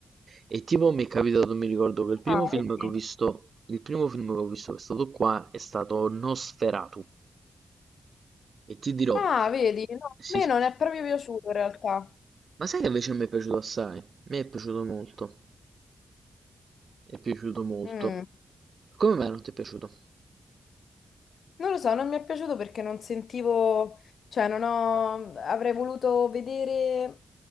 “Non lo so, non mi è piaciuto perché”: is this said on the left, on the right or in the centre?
Left